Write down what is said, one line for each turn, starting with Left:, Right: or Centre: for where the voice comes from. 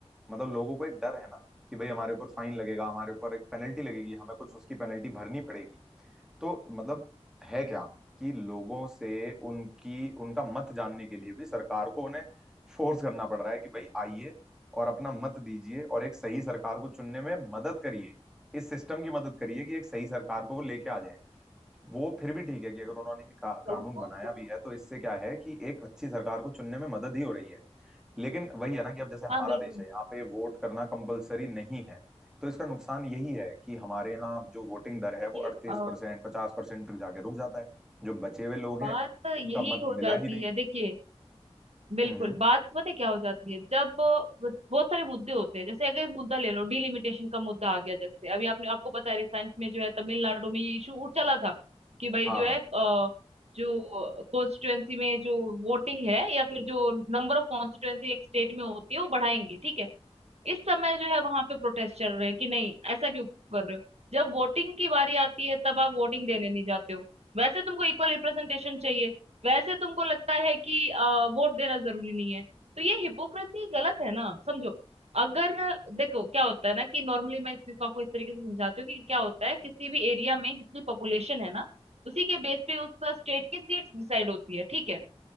Centre: मतलब लोगों को एक डर है ना कि भाई हमारे ऊपर फाइन लगेगा हमारे ऊपर एक पेनल्टी लगेगी हमें कुछ उसकी पेनल्टी भरनी पड़ेगी तो मतलब है क्या कि लोगों से उनकी उनका मत जानने के लिए भी सरकार को उन्हें फोर्स करना पड़ रहा है कि भाई आइए और अपना मत दीजिए और एक सही सरकार को चुनने में मदद करिए इस सिस्टम की मदद करिए कि एक सही सरकार को वो लेके आ जाए वो फिर भी ठीक है कि अगर उन्होंने ये का, कानून
Right: लोगों
Centre: बनाया
Right: को
Centre: भी है तो इससे क्या है कि एक अच्छी सरकार को चुनने में मदद ही हो रही है लेकिन वही है ना कि अब जैसे हमारा
Right: हाँ बिल्कुल
Centre: देश है यहाँ पे वोट करना कंपलसरी नहीं है तो इसका नुकसान यही है कि हमारे यहाँ जो वोटिंग दर
Right: देखिए
Centre: है वो अड़तीस
Right: अ,
Centre: परसेंट पचास परसेंट तक जाके रुक जाता है जो बचे हुए लोग हैं
Right: बात यही
Centre: उनका मत
Right: हो
Centre: मिला
Right: जाती
Centre: ही नहीं
Right: है देखिए बिल्कुल
Centre: हम्म हम्म,
Right: बात पता है क्या हो जाती है जब अ, बहुत सारे मुद्दे होते हैं जैसे अगर एक मुद्दा ले लो डिलिमिटेशन का मुद्दा आ गया जैसे अभी आपने आपको पता है रिसेंट में जो है तमिलनाडु में ये इशू उठ चला था कि भाई
Centre: हाँ
Right: जो
Centre: हाँ
Right: है अ, जो कॉन्स्टिट्युएंसी में जो वोटिंग है या फिर जो नंबर ऑफ कॉन्स्टिट्युएंसी एक स्टेट में होती है वो बढ़ाएंगे ठीक है इस समय जो है वहां पे प्रोटेस्ट चल रहे हैं कि नहीं ऐसा क्यों कर रहे हो जब वोटिंग की बारी आती है तब आप वोटिंग देने नहीं जाते हो वैसे तुमको इक्वल रिप्रेजेंटेशन चाहिए वैसे तुमको लगता है कि अ, वोट देना जरूरी नहीं है तो ये हिपोक्रेसी गलत है ना समझो अगर देखो क्या होता है ना कि नॉर्मली मैं इस चीज को आपको इस तरीके से समझाती हूँ कि क्या होता है किसी भी एरिया में जितनी पॉपुलेशन है ना उसी के बेस पे उस स्टेट की सीट डिसाइड होती है ठीक है